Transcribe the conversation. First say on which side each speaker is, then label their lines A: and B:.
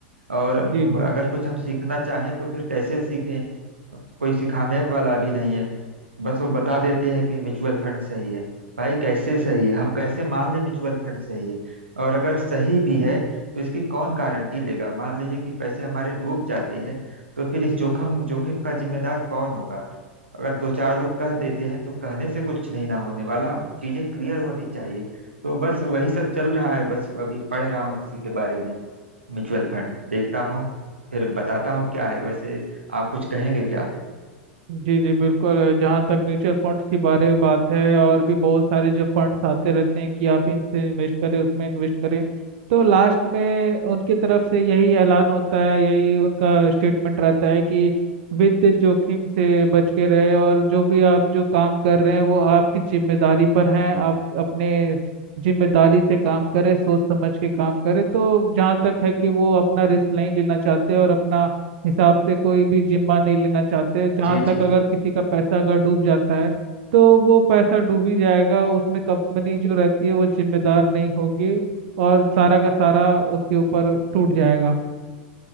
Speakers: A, on the right; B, on the right.
A: और अम,
B: जी जी
A: अगर कुछ हम सीखना चाहें तो फिर कैसे सीखें कोई सिखाने वाला भी नहीं है बस वो बता देते हैं कि म्यूचुअल फंड सही है भाई कैसे सही है हम कैसे मान लें म्यूचुअल फंड सही है और अगर सही भी है तो इसकी कौन गारंटी लेगा मान लीजिए कि पैसे हमारे डूब जाते हैं तो फिर इस जोखिम जोखिम का जिम्मेदार कौन होगा अगर दो चार लोग कह देते हैं तो कहने से कुछ नहीं ना होने वाला चीजें क्लियर होनी चाहिए तो बस वही सब चल रहा है बस अभी पढ़ रहा हूँ उसी के बारे में म्यूचुअल फंड देखता हूँ फिर बताता हूँ क्या है वैसे आप कुछ कहेंगे क्या
B: जी जी बिल्कुल अ, जहाँ तक म्यूचुअल फंड्स के बारे में बात है और भी बहुत सारे जो फंड्स आते रहते हैं कि आप इनसे इन्वेस्ट करें उसमें इन्वेस्ट करें तो लास्ट में उनकी तरफ से यही ऐलान होता है यही उनका स्टेटमेंट रहता है कि विद जोखिम से बच के रहे और जो भी आप जो काम कर रहे हैं वो आपकी जिम्मेदारी पर हैं आप अपने जिम्मेदारी से काम करें सोच समझ के काम करें तो जहाँ तक है कि वो अपना रिस्क नहीं लेना चाहते और अपना हिसाब से कोई भी जिम्मा नहीं लेना चाहते जहाँ
A: जी जी
B: तक अगर
A: जी
B: किसी का पैसा अगर डूब जाता है तो वो पैसा डूब ही जाएगा उसमें कंपनी जो रहती है वो जिम्मेदार नहीं होगी और सारा का सारा उसके ऊपर टूट जाएगा